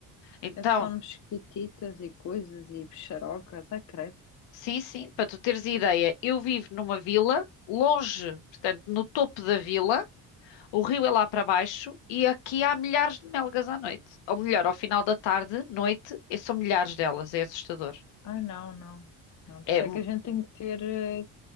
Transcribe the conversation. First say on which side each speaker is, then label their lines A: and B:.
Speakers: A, on the left; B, on the left.
A: Então,
B: É só mosquititas e coisas e bicharocas, ah, credo.
A: sim, sim, para tu teres ideia, eu vivo numa vila, longe, portanto, no topo da vila, o rio é lá para baixo e aqui há milhares de melgas à noite. Ou melhor, ao final da tarde, noite, e são milhares delas, é assustador.
B: Ai, não, não, não. Por
A: É
B: isso é que a gente tem que ter, eh,